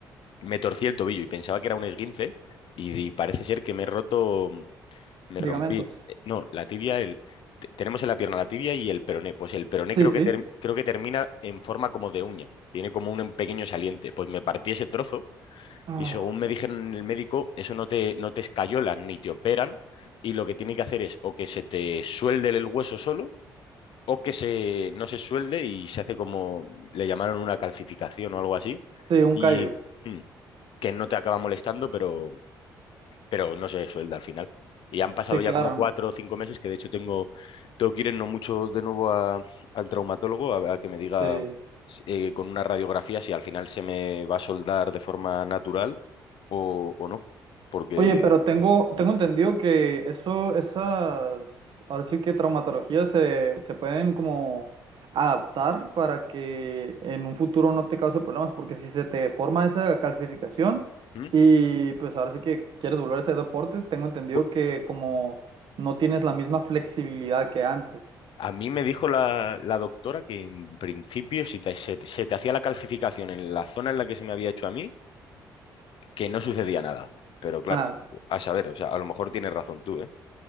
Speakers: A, on the left (about 50°); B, on the right (about 50°).
A: me torcí el tobillo y pensaba que era un esguince y, y parece ser que me he roto, me
B: ligamentos.
A: rompí, eh, no, la tibia, el, te- tenemos en la pierna la tibia y el peroné, pues el peroné
B: Sí,
A: creo
B: sí.
A: que, ter- creo que termina en forma como de uña, tiene como un pequeño saliente, pues me partí ese trozo
B: Ah,
A: y según me dijeron el médico, eso no te, no te escayolan ni te operan y lo que tiene que hacer es o que se te suelde el hueso solo. O que se, no se suelde y se hace como, le llamaron una calcificación o algo así.
B: sí, un
A: Y,
B: callo.
A: hmm, que no te acaba molestando, pero, pero no se suelda al final. Y han pasado
B: Sí,
A: ya
B: claro.
A: como cuatro o cinco meses, que de hecho tengo, tengo que ir en no mucho de nuevo a- al traumatólogo a, a que me diga
B: Sí.
A: eh, con una radiografía si al final se me va a soldar de forma natural o, o no. Porque
B: Oye, pero tengo,
A: ¿Mm?
B: tengo entendido que eso, esas, ahora sí que traumatologías se, se pueden como adaptar para que en un futuro no te cause problemas, porque si se te forma esa calcificación
A: ¿Mm?
B: y pues ahora sí que quieres volver a ese deporte, tengo entendido
A: Bu-
B: que como no tienes la misma flexibilidad que antes.
A: a mí me dijo la, la doctora que en principio si te- se, te- se te hacía la calcificación en la zona en la que se me había hecho a mí, que no sucedía nada. Pero claro,
B: Ah,
A: a saber, o sea, a lo mejor tienes razón tú, ¿eh?